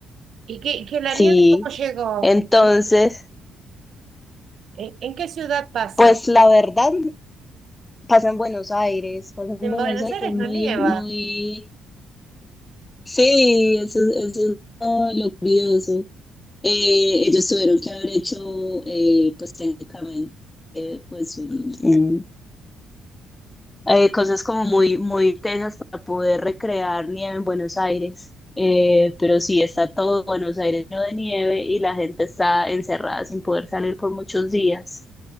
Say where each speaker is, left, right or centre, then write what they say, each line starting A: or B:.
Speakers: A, on the right; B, on the left.
A: ¿Y que, que la
B: Sí,
A: nieve cómo llegó?
B: entonces,
A: Porque, ¿en, en qué ciudad pasa?
B: pues la verdad, pasa en Buenos Aires, pasa en
A: En
B: Buenos
A: Buenos
B: Aires
A: Aires
B: muy,
A: no nieva,
B: muy Sí, eso, es eso es lo lo curioso. Eh, ellos tuvieron que haber hecho, eh, pues técnicamente, eh, pues un- un- eh, cosas como muy, muy tensas para poder recrear nieve en Buenos Aires. Eh, pero sí, está todo Buenos Aires lleno de nieve y la gente está encerrada sin poder salir por muchos días.